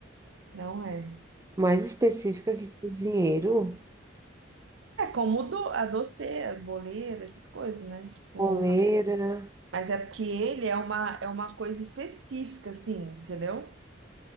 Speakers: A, on the right; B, on the right.
A: não é.
B: Mais específica que cozinheiro,
A: É como do, a doceira, boleira, essas coisas, né? Tipo,
B: coleira.
A: mas é porque ele é uma, é uma coisa específica, assim, entendeu?